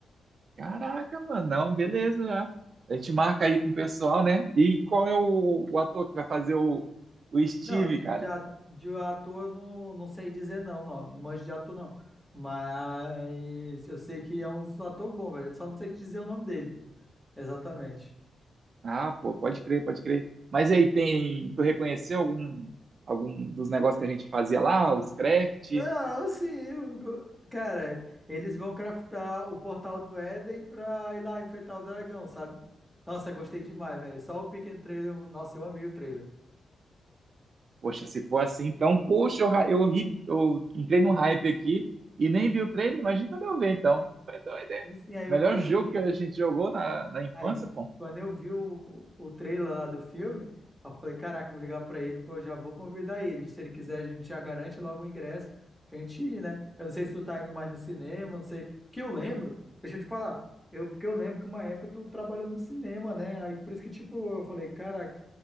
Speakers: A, on the right (about 55°); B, in the centre.
A: Caraca, mano. Não, beleza. já. A gente marca aí com o pessoal, né? E qual é o, o ator que vai fazer o, o Steve,
B: Não, de,
A: cara?
B: de a- de ator eu não, não sei dizer não, o nome. Não manjo de ator, não. Mas eu sei que é um ator bom velho. Só não sei dizer o nome dele. Exatamente.
A: Ah, pô, pode crer, pode crer. Mas e aí tem, tu reconheceu algum algum dos negócios que a gente fazia lá, os craft?
B: Não, sim. o go- Cara, eles vão craftar o portal do Éden pra ir lá enfrentar o dragão, sabe? Nossa, gostei demais, velho. Só o pequeno trailer. eu- Nossa, eu amei o trailer.
A: Poxa, se for assim, então, poxa, eu, ra- eu, ri- eu entrei num hype aqui e nem vi o trailer, imagina quando eu ver, então. Foi doido, hein?
B: E sim, aí eu
A: Melhor
B: falei,
A: jogo que a gente jogou na, na infância,
B: Aí,
A: pô.
B: quando eu vi o, o trailer lá do filme, eu falei, caraca, eu vou ligar pra ele, vou, já vou convidar ele. Se ele quiser, a gente já garante logo o ingresso pra gente ir, né? Eu não sei se tu tá indo mais no cinema, não sei. Porque eu lembro, deixa eu te falar, eu, porque eu lembro que uma época tu trabalhou no cinema, né? Aí por isso que, tipo, eu falei, caraca,